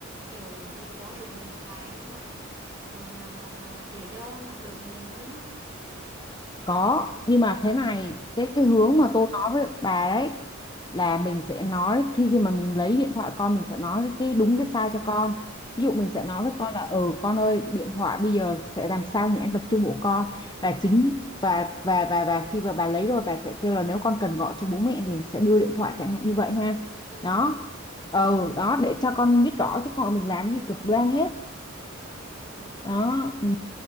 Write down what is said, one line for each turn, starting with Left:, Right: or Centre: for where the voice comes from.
Right: kiểu mình cho sử dụng điện thoại nhưng mà Ờ, mà mà mà để cho nó đỡ nghiền hơn không
Left: Có, nhưng mà thế này, cái
Right: ừ
Left: cái hướng mà tôi nói với bà đấy là mình sẽ nói khi khi mà mình lấy điện thoại con mình sẽ nói cái, cái đúng cái sai cho con. Ví dụ mình
Right: ừ
Left: sẽ nói với con là ừ con ơi, điện thoại bây giờ sẽ làm sao nhãn tập trung của con và chính và và và và khi mà bà lấy rồi bà sẽ kêu là nếu con cần gọi cho bố mẹ thì sẽ đưa điện thoại chẳng hạn như vậy ha.
Right: ừ
Left: Đó. Ừ, đó để cho con biết rõ chứ không mình làm gì cực đoan hết.
Right: ừ
Left: Đó, ừ.